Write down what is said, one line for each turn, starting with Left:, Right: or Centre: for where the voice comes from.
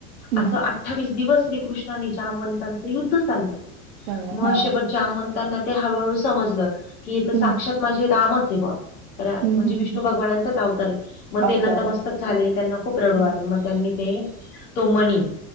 Right: हं.
Left: असं, अठ्ठावीस दिवस श्रीकृष्ण आणि जामंतांच युद्ध चाललं
Right: चांगलं
Left: म
Right: हां.
Left: शेवट जामंतांना, ते हळूहळू समजलं की हे तर साक्षात
Right: हं,
Left: माझे रामच आहे बा, राम
Right: हं,
Left: म्हणजे
Right: हं,
Left: विष्णूंचाच
Right: हं.
Left: भगवानाचा अवतार हाय. मग ते
Right: अवतार.
Left: नतमस्तक झाले त्यांना खूप रडू
Right: हं,
Left: आलं म त्यांनी ते तो मणी,